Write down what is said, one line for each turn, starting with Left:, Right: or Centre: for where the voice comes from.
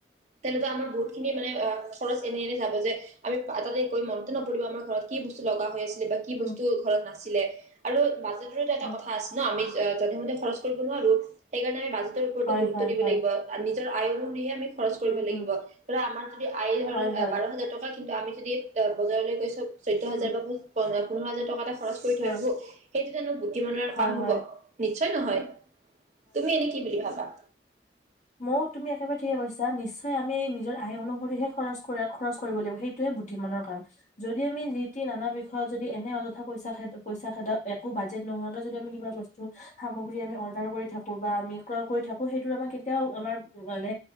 Right: তেনেতো আমাৰ বহুত খিনি
Left: উম
Right: মানে অ খৰচ এনে এনে যাব যে আমি তাতে কৈ মনতে নপৰিব আমাৰ ঘৰত কি বস্তু লগা হৈ আছিল বা
Left: উম
Right: কি বস্তু ঘৰত নাছিল। ছিলে আৰু বাজেটৰটো এটা
Left: উম
Right: কথা আছে ন। আমি যধে মে খৰছ কৰি সেইকাৰণে আমি বাজেটৰ ওপৰতো
Left: হয়
Right: গুৰুত্ব
Left: হয়
Right: দিব
Left: হয়
Right: লাগিব। নিজৰ আয় অনুসৰিহে আমি খৰচ কৰিব
Left: উম হুম
Right: লাগিব। ধৰা আমাৰ যদি আই হল
Left: হয় হয়
Right: বাৰ হাজাৰ টকা কি আমি যদি বজাৰলৈ গৈছো চৈধ্য হাজাৰ
Left: উম
Right: বা প পোন্ধৰ হাজাৰ টকা এটা খৰচ কৰি থৈ
Left: হা
Right: আহো, সেইটো জানো বুদ্ধিমানৰ
Left: হয়
Right: কাম হব?
Left: হয়
Right: নিশ্চয় নহয়। তুমি এনেই কি বুলি ভাবা?
Left: মও তুমি একেবাৰে ঠিকে কৈছা। নিশ্চয় আমি নিজৰ আয় অনুসৰিহে খৰচ কৰা খৰচ কৰিব লাগিব। সেইটোহে বুদ্ধি মানৰ কাম। যদি আমি জি তি নানা ব্যৱহাৰ যদি এনে অযথা পইচা খেদা পইচা খেদাও একো বাজেট নোহোৱাকে যদি আমি কিবা বস্তু সামগ্ৰী আমি অৰ্ডাৰ কৰি থাকো বা আমি ক্ৰয় কৰি থাকো সেইটো আমাৰ এতিয়াও আমাৰ মানে